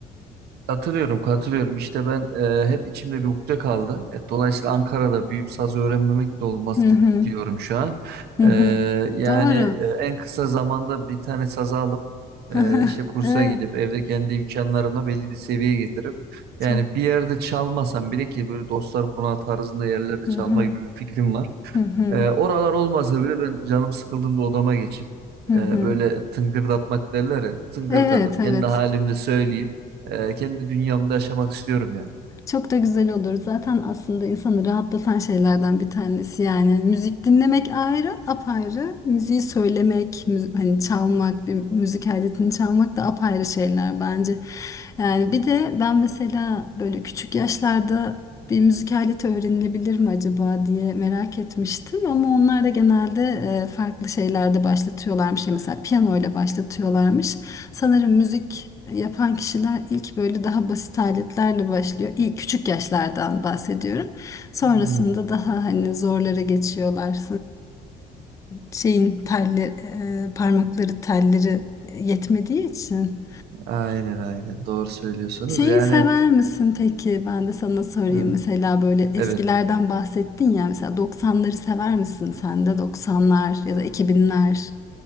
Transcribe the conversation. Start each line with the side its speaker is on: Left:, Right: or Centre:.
Right: Katılıyorum, katılıyorum. İşte ben e, hep içimde bir ukde kaldı. E, dolayısıyla Ankara'da büyüyüp saz öğrenmemek de olmaz
Left: Hı hı
Right: di- diyorum şu an.
Left: hı
Right: E,
Left: hı.
Right: yani
Left: Doğru.
Right: e, en kısa zamanda bir tane saz alıp e,
Left: <laughs>
Right: işte kursa
Left: Ee,
Right: gidip evde kendi imkanlarımla belli bir seviyeye getirip
Left: Çok.
Right: yani bir yerde çalmasam bile ki böyle dostlar konağı tarzında yerlerde
Left: Hı
Right: çalma
Left: hı,
Right: gibi bir fikrim var.
Left: hı hı,
Right: Ee, oralar olmasa bile ben canım sıkıldığımda odama geçip
Left: hı
Right: e,
Left: hı.
Right: böyle tıngırdatmak derler ya tıngırdatıp
Left: Evet, evet.
Right: kendi halimde söyleyip e, kendi dünyamda yaşamak istiyorum yani.
Left: Çok da güzel olur. Zaten aslında insanı rahatlatan şeylerden bir tanesi yani. Müzik dinlemek ayrı, apayrı. Müziği söylemek, müzi- hani çalmak, bir müzik aletini çalmak da apayrı şeyler bence. Yani bir de ben mesela böyle küçük yaşlarda bir müzik aleti öğrenilebilir mi acaba diye merak etmiştim. Ama onlar da genelde e, farklı şeylerde başlatıyorlarmış. Yani mesela piyano ile başlatıyorlarmış. Sanırım müzik yapan kişiler ilk böyle daha basit aletlerle başlıyor. İlk küçük yaşlardan bahsediyorum. Sonrasında
Right: Hmm,
Left: daha hani zorlara geçiyorlar. Şeyin telli, e, parmakları telleri yetmediği için.
Right: aynen aynen doğru söylüyorsunuz
Left: Şeyi
Right: yani
Left: sever misin peki? Ben de sana sorayım.
Right: hı,
Left: Mesela böyle eskilerden
Right: evet.
Left: bahsettin ya. Mesela 90'ları sever misin sen de? 90'lar ya da 2000'ler